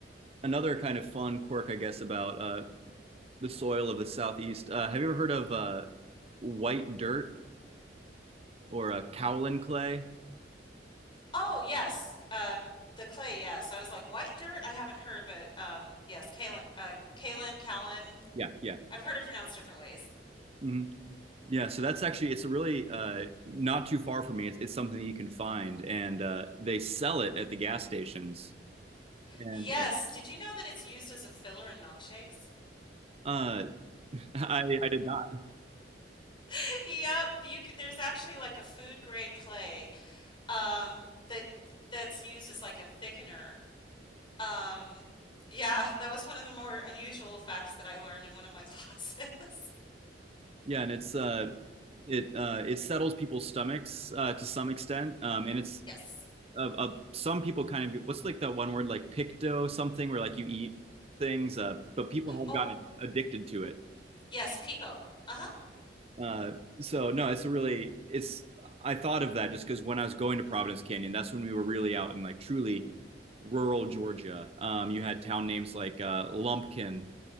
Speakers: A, on the right; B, on the left.
A: Another kind of fun quirk, I guess, about uh, the soil of the southeast. Uh, have you ever heard of uh, white dirt? or a Cowlin clay.
B: Oh, yes. Uh the clay, yes. I was like white dirt. I haven't heard, but um yes, kaolin uh kaolin, kaolin.
A: Yeah, yeah.
B: I've heard it pronounced different ways.
A: hmm Yeah, so that's actually it's a really uh not too far from me. It's it's something that you can find and uh they sell it at the gas stations. And
B: Yes, did you know that it's used as a filler in milkshakes?
A: uh, uh <laughs> I I did not.
B: <laughs> Yep, you could, there's actually like a food grade clay um that that's used as like a thickener. Um yeah, that was one of the more unusual facts that I learned in one of my <laughs> classes.
A: Yeah, and it's uh it uh it settles people's stomachs uh to some extent. Um and it's
B: Yes.
A: of uh, uh, some people kind of what's like that one word like picto something where like you eat things uh but people have
B: Oh,
A: gotten addicted to it.
B: yes, Pico. Uh-huh.
A: Uh, so no, it's a really it's I thought of that just because when I was going to Providence Canyon, that's when we were really out in like truly rural Georgia. Um, you had town names like uh, Lumpkin,